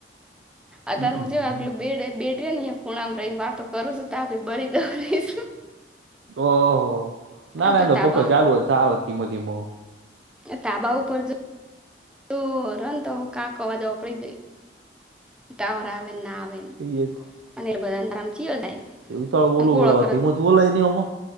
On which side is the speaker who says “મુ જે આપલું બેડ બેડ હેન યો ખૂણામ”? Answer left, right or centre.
Centre